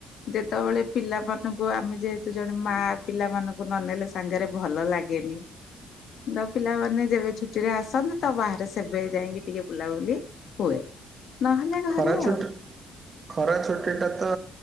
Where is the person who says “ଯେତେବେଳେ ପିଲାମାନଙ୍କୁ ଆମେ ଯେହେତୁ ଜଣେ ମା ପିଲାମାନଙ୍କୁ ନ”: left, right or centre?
Left